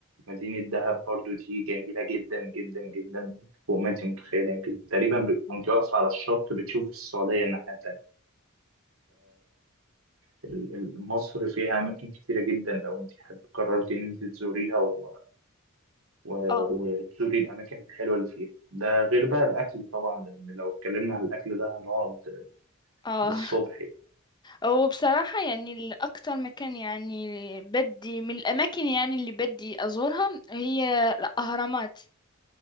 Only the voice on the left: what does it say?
اه
اه
وبصراحة يعني الأكتر مكان يعني بدي من الأماكن يعني اللي بدي أزورها هي الأهرامات